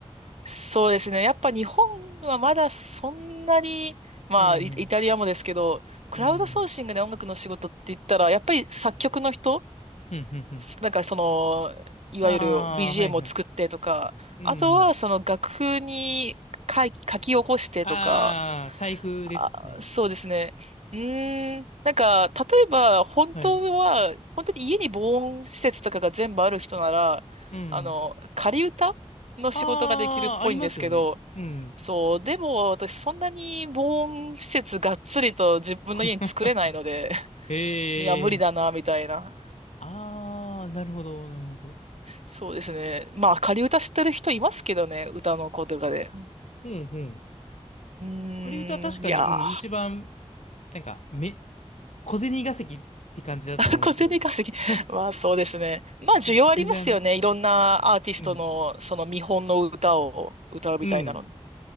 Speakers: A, on the right; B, on the left.
A: そうですね。やっぱ日本はまだそんなに、まあ、
B: うん
A: イイタリアもですけど、クラウドソーシングで音楽の仕事って言ったら、
B: うん。うん。
A: やっぱり作曲の人
B: うんうんうん。
A: すなんかその、いわゆる
B: ああ、
A: BGM
B: はいはい。
A: を作ってとか、
B: うんうん。
A: あとはその楽譜に書い書き起こしてとか、
B: ああ、財布ですね。
A: あ、そうですね。うーん、なんか、例えば、本当は、
B: はい。
A: 本当に家に防音施設とかが全部ある人なら、
B: うん。
A: あの、仮歌の仕事ができるっぽいんですけど、
B: ああ、ありますよね。うん。
A: そう、でも私そんなに防音施設がっつりと自分の家に作れないので、
B: <laughs> へえ。
A: <laughs> いや、無理だな、みたいな。
B: あー、なるほど、なるほど。
A: そうですね。まあ、仮歌知ってる人いますけどね、歌の子とかで。
B: うん、うん。
A: うん、
B: 仮歌は確かに、
A: ーんいや
B: うん、一番、なんか、め、小銭稼ぎって感じだと思うんですけど。
A: ー、<laughs> 小銭稼ぎ。
B: <laughs>
A: まあ、そうですね。まあ、需要ありますよね。
B: メジャーな。
A: いろんなアーティストの、
B: うん。
A: その見本の歌を歌うみたいなの。
B: うん。
A: う